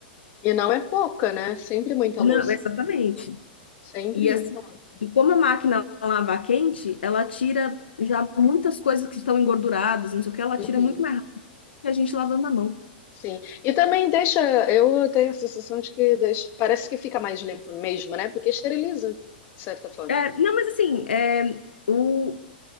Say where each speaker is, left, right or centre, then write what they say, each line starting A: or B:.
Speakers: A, on the left (about 40°); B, on the left (about 85°).
A: E não é pouca, né? Sempre muita
B: Não,
A: louça.
B: exatamente.
A: Sempre
B: E
A: muita
B: assim,
A: louça.
B: e como a máquina lava a quente, ela tira já muitas coisas que estão engorduradas, não sei o que, ela tira
A: Uhum,
B: muito mais rápido que a gente lavando a mão.
A: Sim. E também deixa, eu tenho a sensação de que deixa, parece que fica mais limpo mesmo, né? Porque esteriliza, de certa forma.
B: É, não, mas assim, é, o,